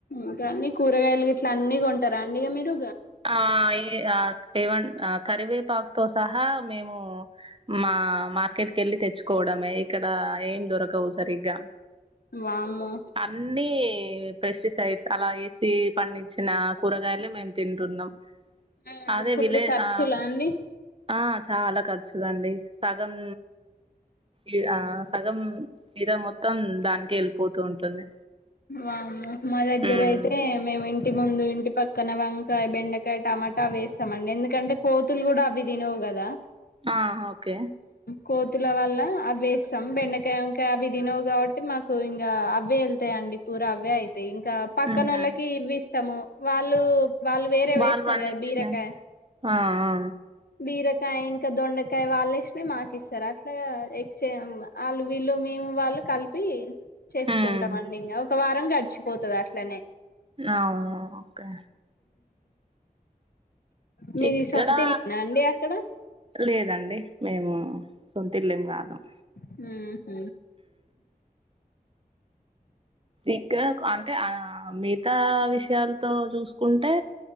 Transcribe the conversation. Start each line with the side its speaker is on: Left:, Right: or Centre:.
Left: ఇంకా అన్ని కూరగాయలు గిట్లా అన్ని కొంటార అండి ఇగ మీరు
Right: ఆ ఈ ఆక్ ఎవన్ కరివేపాకు తో సహా మేము మా మార్కెట్ కి కెళ్ళి తెచ్చుకోవడమే ఇక్కడ ఏం దొరకవు సరిగ్గా
Left: వామ్మో
Right: అన్ని పెస్టిసైడ్స్ అలా వేసి పండించిన కూరగాయలు మేమ్ తింటున్నాం
Left: హ్మ్
Right: అదే
Left: ఫుల్
Right: విలే
Left: ఖర్చులా
Right: ఆ
Left: అండి
Right: ఆ చాలా ఖర్చుదండి సగం ఈ అ సగం చీర మొత్తం దానికే వెళ్ళిపోతూ ఉంటుంది
Left: వామ్మో మా దగ్గర
Right: ఉమ్
Left: అయితే మేమిం ఇంటి ముందు ఇంటి పక్కన వంకాయ్ బెండకాయ్ టమాటా వేసామండి ఎందుకంటే కోతులు గూడా అవి తినవు గదా
Right: ఆహ ఓకే
Left: కోతుల వల్ల అవ్వేస్తాం బెండకాయ్ వంకాయ్ అవి తినవు కగాబట్టి మాకు ఇంగా అవ్వే వెళ్తాయండి తూ రవ్యే తి ఇంకా పక్కన
Right: ఉమ్
Left: నోళ్ళకి వీస్ తము వాళ్ళు వాళ్ళు వేరే
Right: వాళ్ళు
Left: వేస్తారు
Right: పండించిన
Left: కదా బీరకాయ్
Right: ఆ ఆ
Left: బీరక్ కాయ్ ఇంకా దొండకాయ్ వాళ్ళు వేషినాయ్ మాకిస్తరు అట్లా ఎక్స్చేం ఆళ్ళు వీళ్ళు మేము వాళ్ళు కలిపి చేసుకుంటమండి
Right: ఉమ్
Left: ఇంగా ఒక వారం గడిచిపోతది అట్లనే
Right: ఆ ఓకే
Left: మీది
Right: ఇక్కడా
Left: సొంత ఇల్లేనా అండి అక్కడ
Right: లేదండి మేము సొంత ఇల్లెం కా ద
Left: ఉహూమ్
Right: ఇక్కడ అంటే ఆ మిగతా విషయాలతో చూసుకుంటే